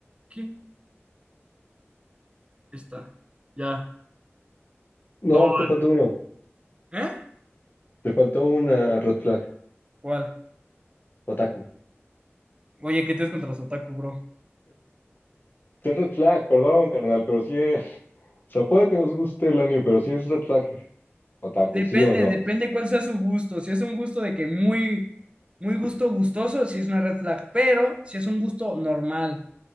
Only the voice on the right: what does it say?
¿Qué? Está. Ya.
No,
¿Eh?
¿cuál?
Oye, ¿qué tienes contra los otaku, bro?
Depende,
depende cuál sea su gusto. Si es un gusto de que muy, muy gusto gustoso, si es una red flag, pero si es un gusto normal,